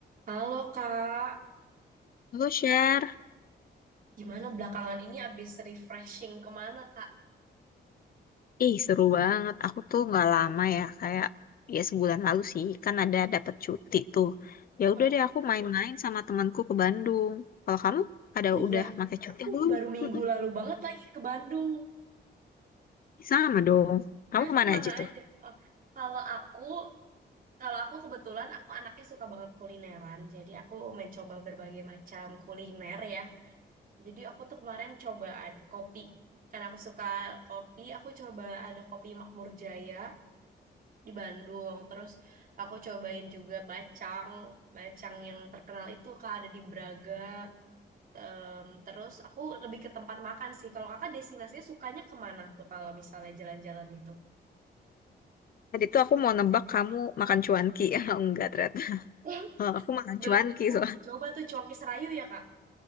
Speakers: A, on the right (about 50°); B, on the left (about 55°).
A: Halo Kak,
B: Halo share,
A: gimana belakangan ini abis refreshing kemana Kak?
B: ih seru banget. Aku tuh nggak lama ya, kayak ya sebulan lalu sih, kan ada dapat cuti tuh. Ya
A: Heeh.
B: udah deh, aku main-main sama temanku ke Bandung. Kalau kamu ada
A: Oh iya,
B: udah pakai cuti
A: aku
B: belum?
A: baru minggu
B: Mm-mm.
A: lalu banget lagi ke Bandung.
B: Sama dong. Kamu
A: Nah,
B: kemana
A: kemana
B: aja tuh?
A: aja? Oh, kalau aku, kalau aku kebetulan aku anaknya suka banget kulineran, jadi aku mencoba berbagai macam kuliner ya. Jadi aku tuh kemarin coba ad- kopi, karena aku suka kopi, aku coba ada kopi Makmur Jaya. di Bandung. Terus aku cobain juga bacang, bacang yang terkenal itu Kak ada di Braga. Em, terus aku lebih ke tempat makan sih. Kalau kakak destinasinya sukanya kemana tuh kalau misalnya jalan-jalan gitu?
B: Tadi tuh aku mau nebak kamu makan cuanki, <laughs> ya enggak ternyata.
A: <laughs>
B: Eh, Aku makan
A: Belum
B: cuanki
A: aku
B: soalnya.
A: belum coba tuh Cuanki Serayu ya Kak.